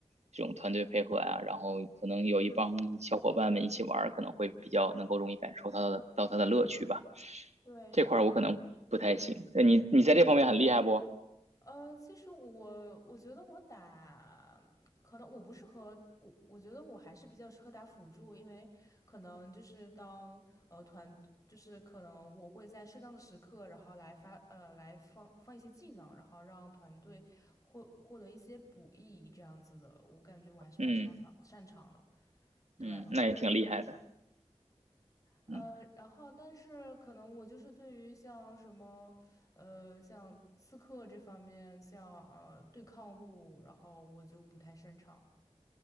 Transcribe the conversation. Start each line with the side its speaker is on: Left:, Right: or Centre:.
Right: 这种团队配合呀、啊然后可能有一帮小伙伴们一起玩可能会比较能够容易感受到的到它的乐趣吧。
Left: 嗯，对，
Right: 这块儿我可能不太行。
Left: 是。
Right: 呃你你在这方面很厉害不？
Left: 呃，其实我我觉得我打，可能我不适合我，我觉得我还是比较适合打辅助，因为可能就是当呃团，就是可能我会在适当的时刻，然后来发呃来放放一些技能，然后让团队获获得一些补益这样子的，我感觉我还是蛮擅长擅长的。
Right: 嗯
Left: 对。
Right: 嗯，那也挺厉害的。
Left: 呃，
Right: 嗯
Left: 然后但是可能我就是对于像什么，呃，像刺客这方面，像呃对抗路，然后我就不太擅长。